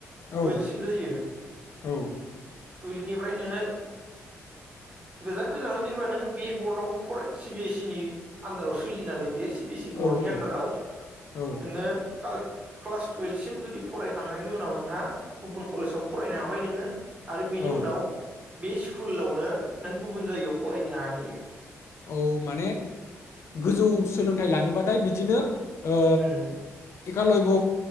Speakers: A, on the left; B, on the right.
A: औ
B: टुयेल्भ सिम जायो
A: औ
B: टुयेल्भनिफ्राय नोङो गोजान गोजानाव जेनेबा नों बे बर्डआवबो फराय सिबिएस इ नि आन्दाराव सोलियो नालाय बियो सि बि सि
A: औ
B: बर्ड नि आनदाराव
A: औ
B: नोङो काल क्लास टुवेल्भसिम जुदि फरायखांनायनि उनाव नोंहा गुबुन कलेजाव फरायनो हाबाय नोङो आरो बिनि
A: औ
B: उनाव बे स्कुलावनो नों गुबुन जायगायाव फरायनो हानाय यो
A: औ माने गोजौ सोलोंथाइ लानोबाथाय बिदिनो ओ
B: हम
A: एकालयब'